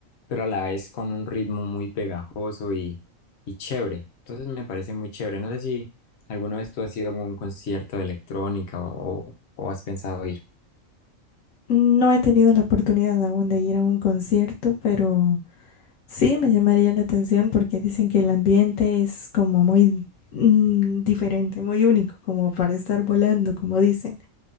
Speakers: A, on the left; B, on the left.
A: pero a la vez con un ritmo muy pegajoso y, y chévere. Entonces me parece muy chévere. No sé si alguna vez tú has ido a algún concierto de electrónica o, o has pensado ir.
B: No he tenido la oportunidad aún de ir a un concierto, pero Sí, me llamaría la atención porque dicen que el ambiente es como muy mm, diferente, muy único, como para estar volando, como dicen.